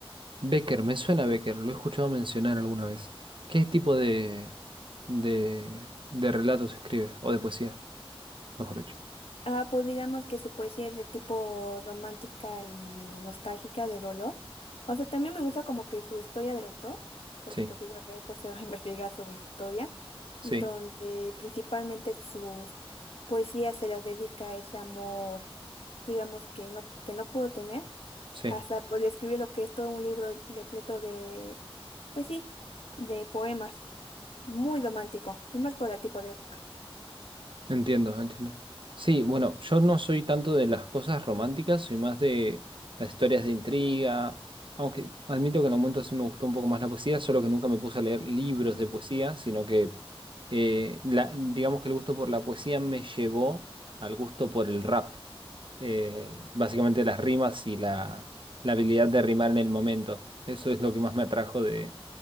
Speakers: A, on the right; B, on the left.
A: Becker, me suena Becker, lo he escuchado mencionar alguna vez. ¿Qué tipo de, de, de relatos escribe? O de poesía, mejor dicho.
B: Ah, pues digamos que su poesía es de tipo romántica y nostálgica de dolor. O sea, también me gusta como que su historia del autor, porque
A: Sí,
B: pues igual me pues se va a <laughs> investigar su historia,
A: sí,
B: donde principalmente sus poesías se las dedica a ese amor, digamos que no, que no pudo tener.
A: sí.
B: Hasta pues le escribió lo que es todo un libro repleto de, pues sí, de poemas, muy romántico, y más por el tipo de época.
A: Entiendo, entiendo. Sí, bueno, yo no soy tanto de las cosas románticas, soy más de las historias de intriga, aunque admito que en algún momento sí me gustó un poco más la poesía, solo que nunca me puse a leer libros de poesía, sino que eh, la- digamos que el gusto por la poesía me llevó al gusto por el rap, eh, básicamente las rimas y la, la habilidad de rimar en el momento. Eso es lo que más me atrajo de,